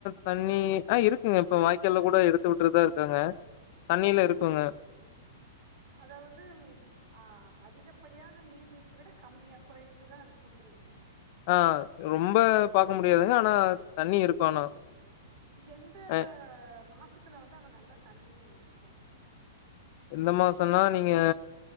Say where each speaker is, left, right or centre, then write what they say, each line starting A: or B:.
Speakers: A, on the left; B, on the right.
A: தண்ணி ஆ இருக்குங்க இப்ப வாய்க்கால்ல கூட எடுத்து விட்டுருதா இருக்காங்க தண்ணியிலா
B: ஆ
A: இருக்குங்க
B: அதாவது அ அதிகப்படியான நீர்வீழ்ச்சி விட கம்மியாக குறைந்துதா இருக்குன்றீங்க
A: ஆ ரொம்ப பாக்க முடியாதுங்க ஆனா தண்ணி இருக்கு ஆனா
B: எந்த
A: அ
B: மாசத்துல வந்து அங்க நல்லா தண்ணீ இருக்கு
A: இந்த மாசன்னா நீங்க